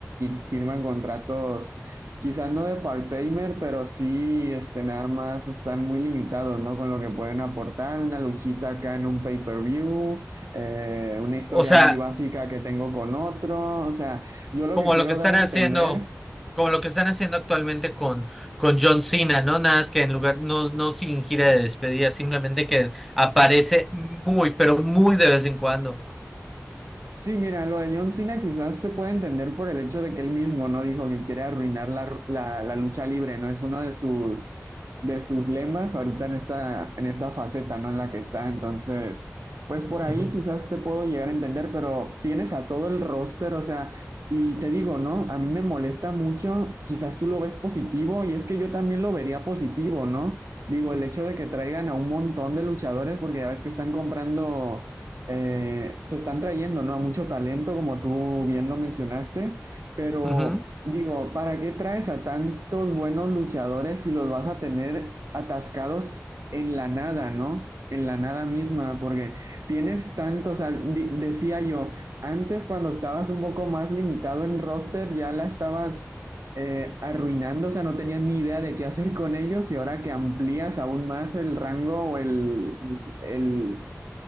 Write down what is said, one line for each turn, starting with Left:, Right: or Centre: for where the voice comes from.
Right: y firman contratos, quizás no de part-timer, pero sí, este, nada más están muy limitados, ¿no? Con lo que pueden aportar, una luchita acá en un pay-per-view, eh, una historia
Centre: O sea,
Right: muy básica que tengo con otro, o sea, yo lo
Centre: como
Right: que quiero
Centre: lo que están
Right: dar a entender.
Centre: haciendo, como lo que están haciendo actualmente con, con John Cena, ¿no? Nada más que en lugar, no, no sin gira de despedida, simplemente que aparece muy, pero muy de vez en cuando.
Right: Sí, mira, lo de John Cena quizás se puede entender por el hecho de que él mismo no dijo que quiere arruinar la, la- la lucha libre, ¿no? Es uno de sus, de sus lemas ahorita en esta, en esta faceta, ¿no? En la que está. Entonces, pues por ahí
Centre: Ujú,
Right: quizás te puedo llegar a entender, pero tienes a todo el roster, o sea, y te digo, ¿no? A mí me molesta mucho, quizás tú lo ves positivo y es que yo también lo vería positivo, ¿no? Digo, el hecho de que traigan a un montón de luchadores, porque ya ves que están comprando eh, se están trayendo, ¿no? A mucho talento, como tú bien lo mencionaste, pero
Centre: ujú,
Right: digo, ¿para qué traes a tantos buenos luchadores si los vas a tener atascados en la nada, ¿no? En la nada misma, porque tienes tantos, o sea, di- decía yo, antes cuando estabas un poco más limitado en roster, ya la estabas eh, arruinando, o sea, no tenías ni idea de qué hacer con ellos y ahora que amplías aún más el rango o el, el,